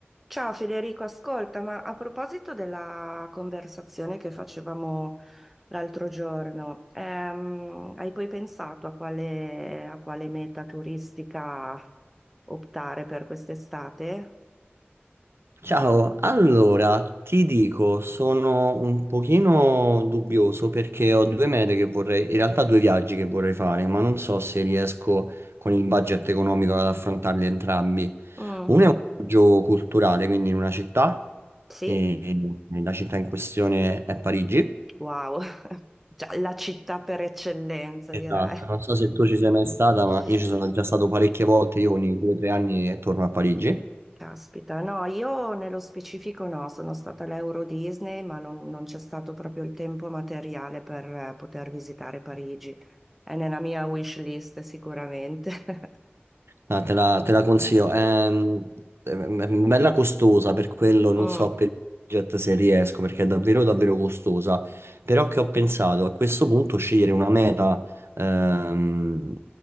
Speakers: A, in the centre; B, on the right.
A: Ciao Federico, ascolta, ma a proposito della conversazione che facevamo l'altro giorno, ehm, hai poi pensato a quale, a quale meta turistica optare per quest'estate?
B: Ciao, allora ti dico, sono un pochino dubbioso perché ho due mete che vorrei, in realtà due viaggi che vorrei fare, ma non so se riesco con il budget economico ad affrontarli entrambi.
A: Mm,
B: Uno è un viaggio culturale, quindi in una città,
A: sì?
B: e la città in questione è Parigi.
A: Wow, <laughs> Già, la città per eccellenza
B: Esatto,
A: direi.
B: non so se tu ci sei mai stata, ma
A: <laughs>
B: io ci sono già stato parecchie volte, io ogni due o tre anni torno a Parigi.
A: Caspita, no, io nello specifico no, sono stata all'Euro Disney, ma non, non c'è stato proprio il tempo materiale per eh, poter visitare Parigi. È nella mia wish list sicuramente. <laughs>
B: No, te la, te la consiglio. È, mm, è- è bella costosa per quello, non
A: Mm,
B: so per il budget se riesco, perché è davvero davvero costosa. Però che ho pensato a questo punto scegliere una meta ehm,